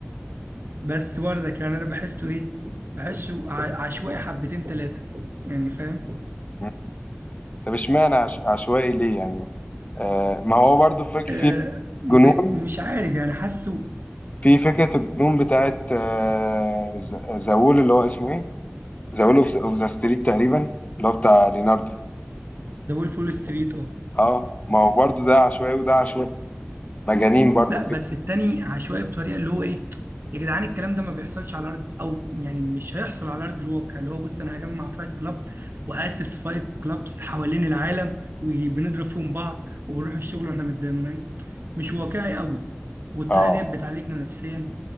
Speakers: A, on the right (about 55°); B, on the left (about 35°).
A: بس بردك يعني انا بحسه ايه بحسه ع- عشوائي حبتين ثلاثه يعني فاهم
B: م. طب اشمعنى عش... عشوائي ليه يعني آه ما هو برضو فك
A: آه
B: في
A: م-
B: جنون
A: مش عارف يعني حاسه
B: في فكره الجنون بتاعت آه ز- زاول اللي هو اسمه ايه زاول اوف ذا ستريت تقريبا اللي هو بتاع ليناردو
A: ذا وولف فول ستريت اه
B: اه ما هو برضو ده عشوائي وده عشوائي مجانين برضو
A: لا
B: كده
A: بس التاني عشوائي بطريقه اللي هو ايه يا جدعان الكلام ده ما بيحصلش على ارض او يعني مش هيحصل على ارض الواقع اللي هو بص انا هجمع فايت كلاب واسس فايت كلابس حوالين العالم وبنضرب فيهم بعض وبنروح الشغل واحنا متدمرين مش واقعي قوي والطريقه
B: اه
A: ديت بتعالجنا نفسيا